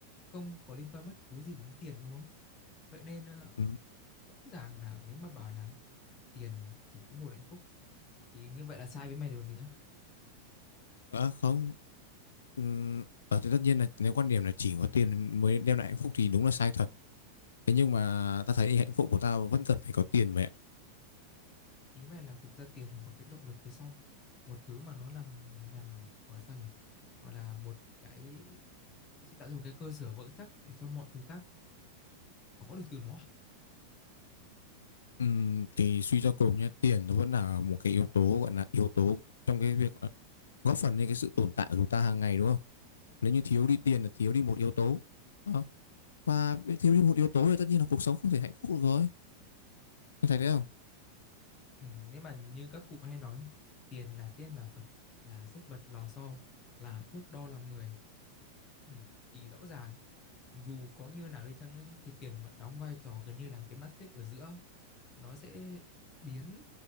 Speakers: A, on the left; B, on the left.
A: không có liên quan bất cứ gì đến tiền đúng không? Vậy nên ờ,
B: Ừ.
A: rõ ràng là nếu mà bảo là tiền chỉ có một hạnh phúc thì như vậy là sai với mày rồi còn gì nữa.
B: Ờ, không Ừ, ờ, thì tất nhiên là nếu quan điểm là chỉ có tiền mới đem lại hạnh phúc thì đúng là sai thật Thế nhưng mà ta thấy hạnh phúc của tao vẫn cần phải có tiền mẹ.
A: Ý mày là thực ra tiền là một cái động lực phía sau, một thứ mà nó làm làm gọi là sao nhỉ? Gọi là một cái sẽ tạo ra một cái cơ sở vững chắc để cho mọi thứ khác có được từ nó à?
B: Ừm, thì suy cho cùng nhé, tiền nó vẫn là một cái yếu tố gọi là yếu tố trong cái việc ờ, góp phần lên cái sự tồn tại của chúng ta hàng ngày đúng không? Nếu như thiếu đi tiền là thiếu đi một yếu tố. Đúng không? Và thiếu đi một yếu tố thì tất nhiên là cuộc sống không thể hạnh phúc được rồi. Mày thấy thế không?
A: Ừ, nếu mà như các cụ vẫn hay nói tiền là tiên là Phật là sức bật lò xo là thước đo lòng người ừ, thì rõ ràng dù có như nào đi chăng nữa nhé thì tiền vẫn đóng vai trò gần như là cái mắt xích ở giữa nó sẽ biến